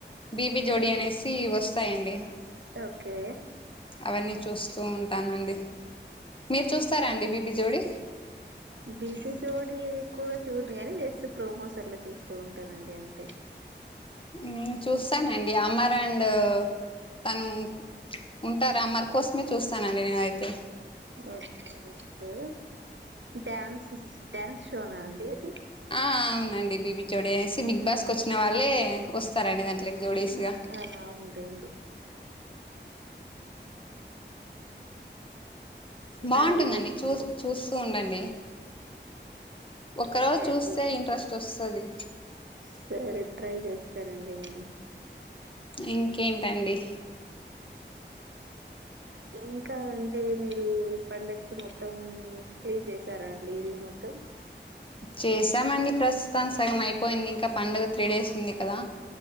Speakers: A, on the left (about 25°); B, on the right (about 80°).
A: బీబీ జోడి అనేసి వస్ స్తాయండి
B: ఓకే
A: అవన్నీ చూస్తూ ఉంటానండి మీరు చూస్తారా అండి బీబీ జోడి
B: బీబీ జోడి ఎక్కువగా చూడను కాని జస్ట్ ప్రోమోస్ అలా చూస్తూ ఉంటానండి అంతే
A: నేను చూస్తానండి అమర్ అండ్ తను ఉంటారా అమర్ కోసమే చూస్తానండి నేనైతే
B: ఓకే ఓకే డ్యాన్స్ డ్యాన్స్ షోనా అండి అది
A: ఆ అవునండి బీబీ జోడి అనేసి బిగ్ బాస్కి వచ్చిన వాళ్ళే వస్తారండి దాంట్లకు జోడీస్గా
B: ఆ ఆ, అవునండి
A: బాగుంటుందండి
B: మరి
A: చూస్ చూస్తూ ఉండండి ఒక
B: ఓకే
A: రోజు చూస్తే
B: అండి
A: ఇంట్రెస్ట్ ఓస్తది
B: సరే ట్రై చేస్తానండి నేను
A: ఇంకేంటండి
B: ఇంకా అంటే మీరు పండగకి మొత్తం క్లీన్ చేసారా అండి ఇల్లు మొ త్తం
A: చేశామండి ప్రస్తుతాం సగం అయిపోయింది ఇంకా పండుగ త్రీ డేస్ ఉంది కదా